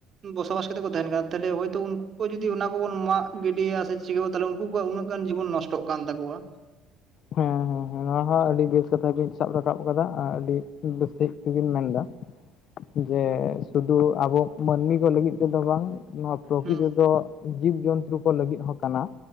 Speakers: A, on the right (about 45°); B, on the left (about 60°).
A: ᱵᱚᱥᱚᱵᱟᱥ ᱠᱟᱛᱮ ᱠᱚ ᱛᱟᱦᱮᱱ ᱠᱟᱱᱟ᱾ ᱛᱟᱦᱚᱞᱮ ᱦᱚᱭᱛᱳ ᱩᱱᱠᱩ ᱠᱚ ᱡᱩᱫᱤ ᱚᱱᱟ ᱵᱚᱱ ᱢᱟᱜ ᱜᱤᱰᱤᱭᱟ ᱥᱮ ᱪᱤᱠᱟᱹ ᱛᱟᱦᱞᱮ ᱩᱱᱠᱩ ᱠᱚᱣᱟᱜ ᱩᱱᱟᱹᱜ ᱜᱟᱱ ᱡᱤᱵᱚᱱ ᱱᱚᱥᱴᱚᱜ ᱠᱟᱱ ᱛᱟᱠᱚᱣᱟ
B: ᱦᱮᱸ ᱦᱮᱸ ᱦᱮᱸ ᱱᱚᱣᱟ ᱦᱚᱸ ᱟᱹᱰᱤ ᱵᱮᱥ ᱠᱟᱛᱷᱟ ᱠᱤᱱ ᱥᱟᱵ ᱨᱟᱠᱟᱵ ᱠᱟᱫᱟ᱾ᱟᱨ ᱟᱹᱰᱤ ᱵᱮᱥ ᱥᱟᱹᱦᱤᱡ ᱜᱮᱢ ᱢᱮᱱ ᱫᱟ᱾ ᱡᱮ ᱥᱩᱫᱩ ᱟᱵᱚ ᱢᱟᱹᱱᱢᱤ ᱠᱚ ᱞᱟᱹᱜᱤᱫ ᱛᱮᱫᱚ ᱵᱟᱝ ᱱᱚᱣᱟ ᱯᱨᱚᱠᱤᱛᱤ
A: ᱦᱩᱸ
B: ᱫᱚ ᱡᱤᱵᱽ ᱡᱚᱱᱛᱩ ᱠᱚ ᱞᱟᱹᱜᱤᱫ ᱦᱚᱸ ᱠᱟᱱᱟ᱾